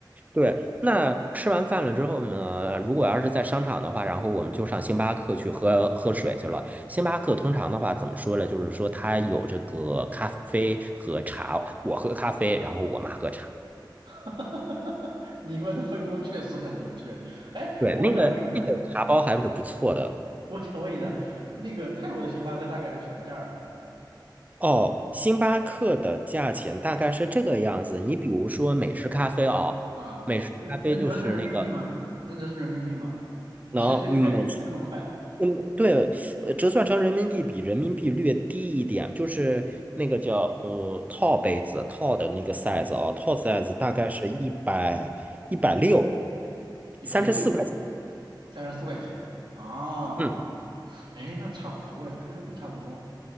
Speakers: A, on the right; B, on the right.
A: 对，那吃完饭了之后呢，如果要是在商场的话，然后我们就上星巴克去喝喝水去了。星巴克通常的话，怎么说呢？就是说它有这个咖啡和茶，我喝咖啡，然后我妈喝茶。
B: <laughs> 你们的分工确实很明确。哎，
A: 对，
B: 我想问一下。
A: 那个那个茶包还是不错的。
B: 我想问一下，那个泰国的星巴克大概是什么价儿
A: 哦，星巴克的价钱大概是这个样子。你比如说美式咖啡哦，
B: 啊？啊，
A: 美式咖啡就是那个
B: 能能折成人民币吗？能折成人民币吗？我其实对泰国没那么快，
A: 能，嗯嗯，对，呃，折算成人民币比人民币略低一点，就是那个叫呃套杯子套的那个 size 啊，套 size 大概是一百一百六，
B: 一百六，
A: 三十四块钱。
B: 三十四块钱啊，
A: 嗯，
B: 哎，那差不多哎，跟日本差不多。